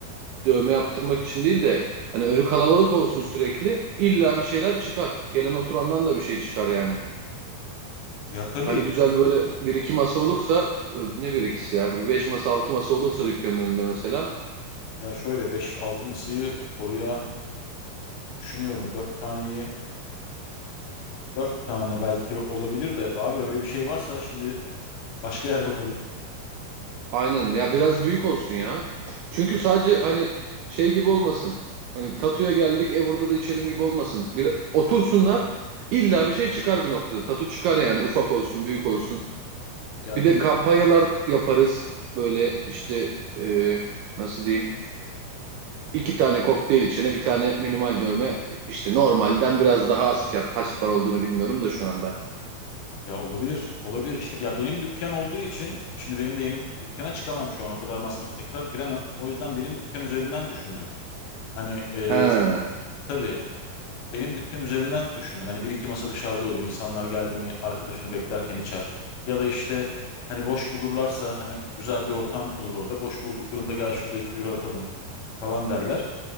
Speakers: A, on the right; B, on the left.
A: dövme yaptırmak için değil de hani önü kalabalık olsun sürekli. İlla bir şeyler çıkar. Gelen oturandan da bir şey çıkar yani.
B: Ya tabii
A: Hani güzel böyle bir iki masa olursa e, ne bir ikisi ya bir beş masa altı masa olursa dükkanın önünde mesela
B: ya şöyle beş altı mısıyı oraya düşünüyorum. dört taneyi 4 tane belki olabilir de abi öyle bir şey varsa şimdi Başka yer bakalım.
A: Aynen ya biraz büyük olsun ya. Çünkü sadece hani şey gibi olmasın. Hani tatuya geldik e burada da içelim gibi olmasın. Bir, otursunlar illa bir şey çıkar bir noktada. Tatu çıkar yani ufak olsun büyük olsun.
B: Ya
A: Bir
B: benim
A: de kampanyalar yaparız. Böyle işte e, nasıl diyeyim. iki tane kokteyl içene bir tane minimal dövme. işte normalden biraz daha az fiyat. Kaç para olduğunu bilmiyorum da şu anda.
B: ya olabilir. Olabilir. İşte ya benim dükkan olduğu için şimdi benim de yeni dükkana çıkamam şu an. O kadar masrafa tekrar giremem. O yüzden benim dükkan üzerinden düşündüm. Hani e,
A: He,
B: tabii benim dükkan üzerinden düşündüm. Hani bir iki masa dışarıda olur. İnsanlar geldi mi arkadaşını beklerken içer. Ya da işte hani boş bulurlarsa hani güzel bir ortam olur orada. Boş bulduklarında gel şurada iki bira atalım falan derler.